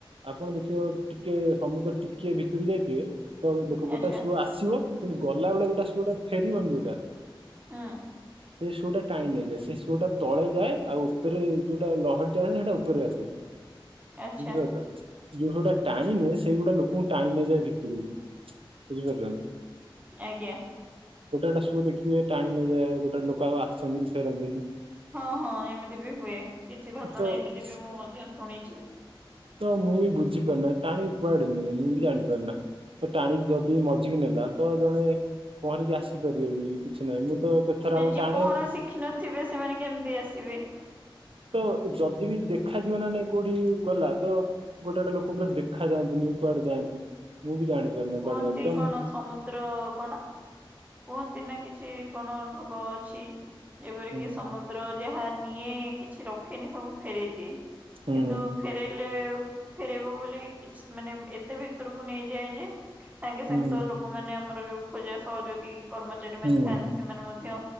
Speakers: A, on the right (about 85°); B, on the right (about 15°).
A: ଆପଣ ଦେଖିବ ଟିକେ ସମୁଦ୍ର ଟିକଏ ଭିତରୁ ଯାଇଥିବେ। ତ ଦେଖ ଗୋଟେ
B: ଆଚ୍ଛା
A: ଶୁଅ ଆସିବ କିନ୍ତୁ ଗଲା ବେଳେ ଗୋଟେ ସୁଅଟା ଫେରିବନି ଯୋଉଟା।
B: ହଁ।
A: ସେ ସୁଅଟା ଟାଣି ନେଇଯାଏ। ସେ ସୁ ଟା ତଳେ ଯାଏ ଆଉ ଉପରେ ଯୋଉଟା ଲହରିଟା ଆସେ ସେଇଟା ଉପରେ ଆସେ।
B: ଆଚ୍ଛା
A: ବୁଝିପାରୁଛ ଯୋଉ ସୁଅଟା ଟାଣି ନିଏ ସେଇଗୁଟା ଲୋକଙ୍କୁ ଟାଣି ନେଇଯାଏ ଭିତରକୁ। ବୁଝିପାରୁଛନ୍ତି।
B: ଆଜ୍ଞା।
A: ସବୁ ଦେଖିବେ ଟାଣି ନେଇଯାଏ ଗୋଟେ ଲୋକ ଆଉ ଆସନ୍ତିନି ଫେରନ୍ତିନି।
B: ହଁ ହଁ ଏମିତି ବି ହୁଏ କିଛି ଘଟଣା
A: ତ
B: ଏମିତି ବି ମୁଁ ମଧ୍ୟ ଶୁଣିଛି।
A: ତ ମୁଁ ବି ବୁଝିପାରୁନା ଟାଣିକି କୁଆଡେନି ମୁଁ ବି ଜାଣିପାରୁନା। ତ ଟାଣିକି ଯଦି ମଝିକି ନେଲା ତ ଜଣେ ପହଁରିକି ଆସ ଡରିବନି କିଛି ନାହିଁ ମୁଁ ତ କେଥାର
B: ମାନେ
A: କୁ
B: ଯିଏ
A: ଟାଣେ
B: ପହଁରା ଶିଖିନଥିବେ ସେମାନେ କେମିତି ଆସିବେ?
A: ତ ଯଦି ବିି ଦେଖାଯିବ ନା ନାଇଁ କୋଉଠି ଗଲା ତ ଗୋଟେ ଗଡେ ଲୋକ ପୁରା ଦେଖା ଯାଆନ୍ତିନି କୁଆଡେ ଯାଆନ୍ତି। ମୁଁ ବି ଜାଣିପାରୁନି
B: କୁହନ୍ତି
A: କୁଆଡେ ଯାନ୍ତି ତ
B: କଣ ସମୁଦ୍ର କଣ କୁହନ୍ତି ନା କିଛି କଣ ଠୋଗ ଅଛି ଯେପର
A: ହୁଁ
B: କିି ସମ ଦ୍ର ଯାହା ନିଏ କିଛି ରଖିନି ସବୁ ଫେରଇ ଦିଏ
A: ହୁଁ
B: କିନ୍ତୁ ଫେରାଇଲେ ଫେରେଇବ ବୋଲି କିଛି ମାନେ ଏତେ ଭିତରକୁ ନେଇଯାଏ ଯେ ସାଙ୍ଗେ ସାଙ୍ଗେ
A: ହୁଁ
B: ତ ଲୋକମାନେ ଆମର ଯୋଉ ଖୋଜିବା ସହଯୋଗୀ କର୍ମଚାରୀ
A: ହୁଁ
B: ମାନେ
A: ହୁଁ
B: ଥାନ୍ତି ସେମାନେ ମଧ୍ୟ